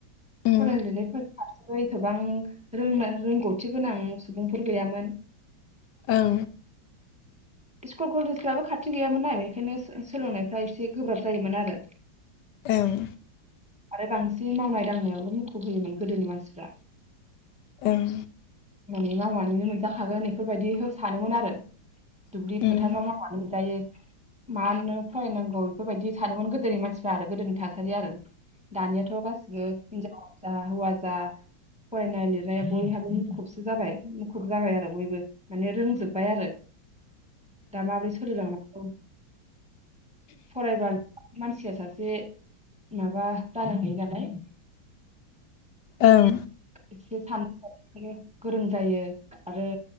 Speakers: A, on the left; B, in the centre.
A: उम
B: फरायनाय लिरनायफोर फारसेबो एथबां रोंनो रोंगौथि गोनां सुबुंफोर गैयामोन।
A: ओं
B: स्कुल कलेजफ्राबो खाथि गैयामोन ना बेखायनो सो-सोलोंनायफ्रा एसे गोब्राब जायोमोन आरो।
A: ओं
B: आरो बांसिन मावनाय दांनायावल मुखुब होयोमोन गोदोनि मानसिफ्रा।
A: ओं
B: माने मावनानैनो मोनजाखागोन बेफोरबायदि हो सानोमोन आरो। दुब्लि
A: होमबाथ'
B: फोथाराव मावबानो मोनजायो। मानो फरायनांगौ बेफोरबायदि सानोमोन गोदोनि मानसिफ्रा आरो गोदोनि थासारि आरो। दानियाथ गासिबो हिनजावजा हौवाजा फरायनाय लिरनायाव बयहाबो मुखुबसो जाबाय मुखुब जाबाय आरो बयबो। माने रोंजोबबाय आरो। दा माब्रै सोलि लांनांग औ फरायबाल मानसिया सासे माबा जानो हायो नालाय।
A: ओं
B: एसे साननो हनोबो गोरों जायो आरो